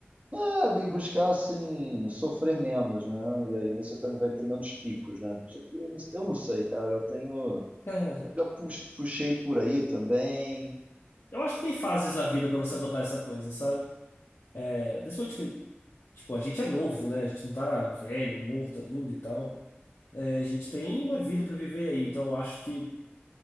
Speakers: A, on the right; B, on the left.
A: É, e buscar assim sofrer menos, né? E aí você também vai ter menos picos, né? Só que Eu não, eu não sei, cara. Eu tenho,
B: Cara,
A: eu já pux- puxei por aí também.
B: eu acho que tem fases na vida pra você adotar essa coisa, sabe? É, principalmente que, tipo, a gente é novo, né? A gente não tá velho, morto ainda e tal. É, a gente tem uma vida para viver aí, então eu acho que